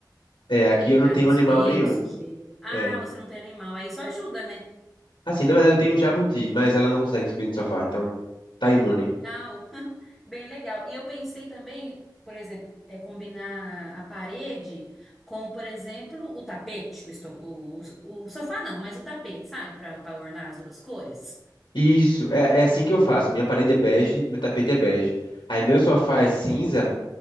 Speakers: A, on the left; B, in the centre.
A: É, aqui eu não
B: Por causa
A: tenho
B: dos
A: animal
B: pelos,
A: nenhum.
B: sujeira. Ah,
A: É.
B: você não tem animal, aí só ajuda, né?
A: Assim, na verdade eu tenho um jabuti, mas ela não consegue subir no sofá, então tá imune.
B: Ah, <laughs> bem legal. E eu pensei também, por exemplo, é combinar a parede com, por exemplo, o tapete, o, esto- o, o, o sofá não, mas o tapete, sabe? Para ornar as duas cores.
A: Isso, é, é assim que eu faço. Minha parede é bege, meu tapete é bege. Aí meu sofá é cinza